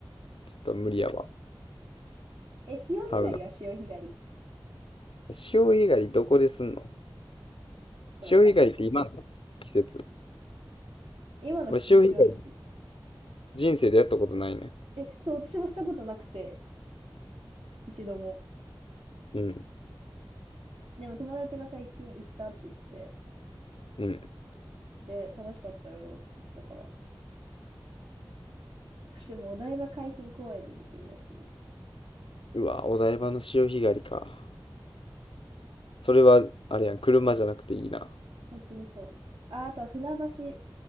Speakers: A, on the left (about 80°); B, on the right (about 75°).
A: ちょっと無理やわ。
B: え、潮干狩りは潮干狩り。
A: サウナ。潮干狩りどこですんの
B: ちょっとわかんないです。
A: 潮干狩りって今の季節。
B: 今の季節、
A: 俺、潮干狩り
B: 今の季節。
A: 人生でやったことないね。
B: え、そう、私もしたことなくて、一度も。
A: うん。
B: でも友達が最近行ったって言ってて、
A: うん。
B: で、楽しかったよって言ってたから。<laughs> でもお台場海浜公園でできるらしいよ。
A: うわ、お台場の潮干狩りか。それは、あれやん、車じゃなくていいな。
B: 本当にそう。あ、あとは船橋、